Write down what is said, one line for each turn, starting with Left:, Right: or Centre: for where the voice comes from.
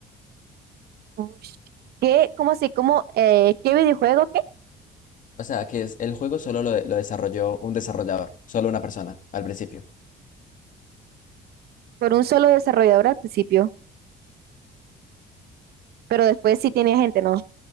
Right: Ush. ¿Qué, cómo así, cómo, eh, qué videojuego, qué?
Left: O sea, que es, el juego solo lo, de- lo desarrolló un desarrollador, solo una persona, al principio.
Right: Por un solo desarrollador al principio, pero después sí tiene gente, ¿no?